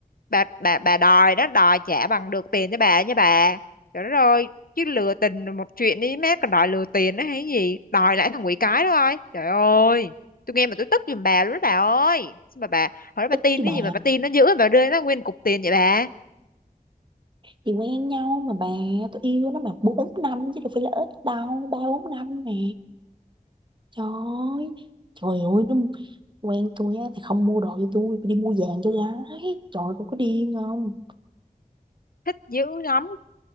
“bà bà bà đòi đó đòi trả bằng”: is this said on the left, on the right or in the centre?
Left